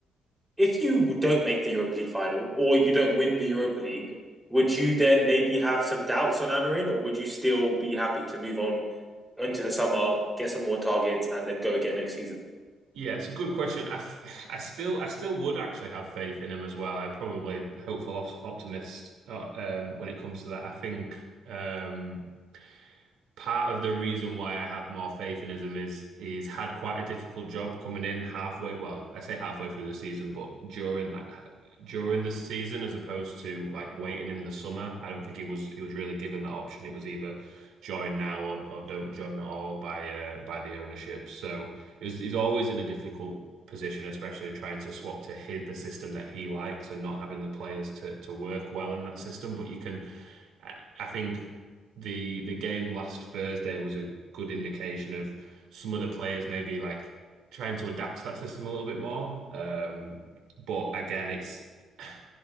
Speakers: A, in the centre; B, on the right (about 80°).
A: if you don't make the Europa League final or you don't win the Europa League, would you then maybe have some doubts on Amarin, or would you still be happy to move on into the summer, get some more targets, and then go again next season?
B: Yeah, it's a good question. I, f- I still I still would actually have faith in him as well. I'm probably hopeful op- optimist uh, um, when it comes to that. I think um, part of the reason why I have more faith in him is he's had quite a difficult job coming in halfway. Well, I say halfway through the season, but during like during the season, as opposed to like waiting in the summer. I don't think he was he was really given that option. It was either join now or or don't join at all by uh, by the ownership. So it was, he's always in a difficult position, especially trying to swap to hit the system that he likes and not having the players to to work well in that system. But you can. I I think the the game last Thursday was a good indication of some of the players maybe like trying to adapt to that system a little bit more. Um, but again, it's <sighs> I,